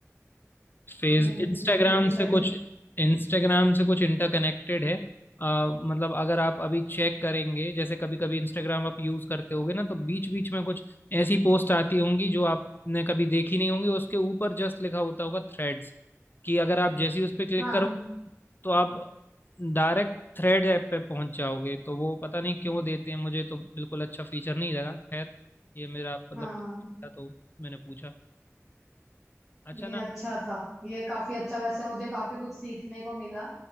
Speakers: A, on the left; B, in the centre.
A: फेस
B: हम्म
A: इंस्टाग्राम
B: बिल्कुल सही
A: से कुछ इंस्टाग्राम से कुछ इंटरकनेक्टेड है आ, मतलब अगर आप अभी चेक करेंगे जैसे कभी कभी इंस्टाग्राम आप यूज करते होगे ना तो बीच बीच में कुछ ऐसी पोस्ट आती होंगी जो आपने कभी देखी नहीं होंगी उसके ऊपर जस्ट लिखा होता होगा थ्रेड्स कि अगर आप जैसे ही उस पर क्लिक
B: हाँ
A: करो तो आप डायरेक्ट थ्रेड ऐप पे पहुंच जाओगे तो वो पता नहीं क्यों देते हैं मुझे तो बिल्कुल अच्छा फीचर नहीं लगा खैर ये मेरा मतलब
B: हाँ
A: था तो मैंने पूछा अच्छा
B: नहीं
A: ना
B: अच्छा था ये काफी अच्छा वैसे मुझे काफी कुछ सीखने को मिला